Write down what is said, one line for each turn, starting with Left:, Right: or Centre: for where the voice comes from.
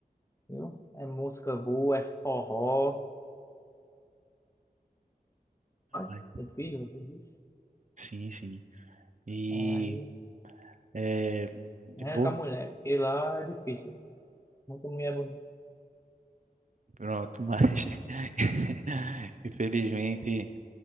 Left: viu? É música boa, é forró. Mas
Right: é.
Left: tem filho, você disse?
Right: Sim, sim. E
Left: É, aí,
Right: é, de
Left: é
Right: boa,
Left: com a mulher, porque lá é difícil. Muita mulher bonita.
Right: pronto, mas <laughs> infelizmente